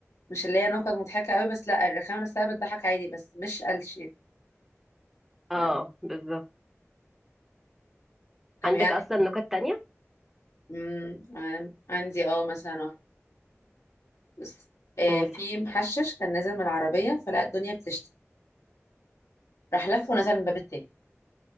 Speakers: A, on the left; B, in the centre.
A: مش اللي هي نكت مضحكة قوي بس لا الرخامة نفسها بتضحك عادي بس مش قلش يعني
B: اه
A: أنا ما-
B: بالظبط
A: طب
B: عندك
A: يعني
B: اصلا نكت تانية
A: مم، عن- عندي اه مثلا واحد بس آه
B: قولي
A: في محشش كان نازل من العربية فلقى الدنيا بتشتي راح لف ونزل من الباب التاني